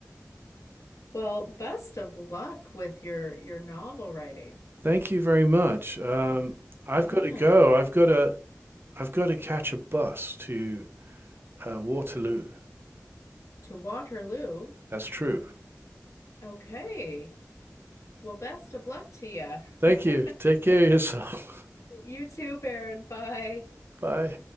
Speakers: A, on the left; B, on the right.
A: Well, best of luck with your your novel writing.
B: Thank you very much. Um, I've
A: Yeah,
B: got to go. I've got to I've got to catch a bus to uh, Waterloo.
A: to Waterloo.
B: That's true. <laughs>
A: Okay. Well, best of luck to you.
B: Thank
A: <laughs>
B: you. Take care of yourself.
A: You too, Baron. Bye.
B: <laughs> Bye.